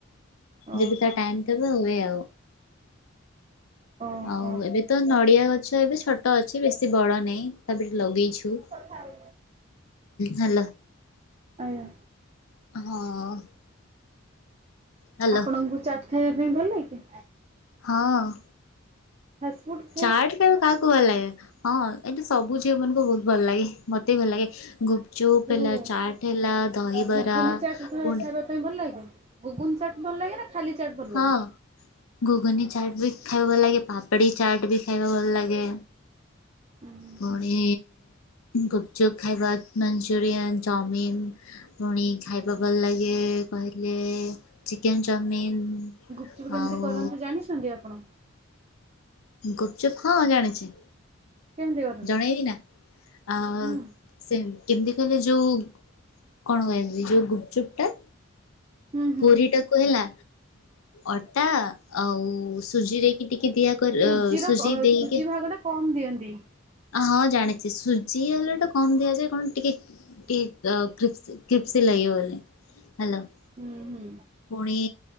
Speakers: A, on the right (about 30°); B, on the left (about 85°).
A: ଓହୋ
B: ଯବେ ତା ଟାଇ ଏବେ ହୁଏ ଆଉ
A: ଓହୋ
B: ଆଉ ଏବେ ତ ନଡ଼ିଆ ଗଛ ଏବେ ଛୋଟ ଅଛି ବେଶୀ ବଡ଼ ନାହିଁ ତାପରେ ଲଗେଇଚୁ।
A: କଥା ହେ
B: ହେଲା
A: ଆଜ୍ଞା।
B: ହଁ। ହ୍ୟାଲୋ
A: ଆପଣଙ୍କୁ ଚାଟ୍ ଖାଇବା ପାଇଁ ଭଲ ଲାଗେ?
B: ହଁ ହଁ।
A: ଫାଷ୍ଟଫୁ୍
B: ଚାଟ ଖାଇବା କାହାକୁ ଭଲ ଲାଗେ ହଁ ଏଠି ସବୁ ଝିଅ ମାନଙ୍କୁ ବୋଭଲ ଲାଗେ ମୋତେ ଭଲ ଲାଗେ ଗୁପଚୁପ୍
A: ଯୋଉ
B: ହେଲା ଚାଟ୍ ହେଲା ଦହିବରା
A: ଗୁଗୁନି ଚାଟ୍
B: ପୁ
A: ଖାଇବା ପାଇଁ ଭଲ ଲାଗେ ଗୁଗୁନ ଚାଟ୍ ଭଲ ଲାଗେ ନା ଖାଲି ଚାଟ୍ ଭଲ
B: ହଁ।
A: ଲାଗେ?
B: ଘୁଗୁନି ଚାଟ୍ ବି ଖାଇବା ଭଲ ଲାଗେ ପାପଡ଼ି ଚାଟ୍ ବି ଖାଇବା ଭଲ ଲାଗେ।
A: ଉଁ
B: ପୁଣି
A: ହୁଁ
B: ଗୁପଚୁପ୍ ଖାଇବା ମଞ୍ଚୁରୟନ୍ ଚାଉମିିନ ପୁଣି ଖାଇବା ଭଲ ଲାଗେ କହିଲେ ଚିକେନ ଚାଉମିିନ।
A: ଗୁପଚୁପ୍ କେମିତି
B: ଆଉ
A: କରନ୍ତୁ ଜାଣିଛନ୍ତି ଆପଣ?
B: ଗୁପଚୁପ୍ ହଁ ଜାଣିଚି?
A: କେମିତି କରନ୍ତି?
B: ଜଣେଇବି ନା ଆ
A: ହୁଁ
B: ସେ କେମିତି କିଲେ ଯୋଉ କଣ କହିବି? ଯୋଉ ଗୁପଚୁପ୍ ଟା
A: ହୁଁ ହୁଁ
B: ପୁରୀ ଟାକୁ ହେଲା ଅଟା ଆଉ ସୁଜିରେକି ଟିକେ ଦିଆ କରି
A: ସୁଜିର
B: ସୁଜି ଦେଇକି
A: ସୁଜି ଭାଗଟା କମ୍ ଦିଅନ୍ତି।
B: ହଁ ଜାଣିଚି, ସୁଜି ହେଲେ ତ କମ ଦିଆଯାଏ କଣ ଟିକେ କି ଇଅଁ କ୍ରିପ କ୍ରିପ୍ସ ଲାଗିବ ବୋଲି, ହ୍ୟାଲୋ
A: ହୁଁ ହୁଁ
B: ପୁଣି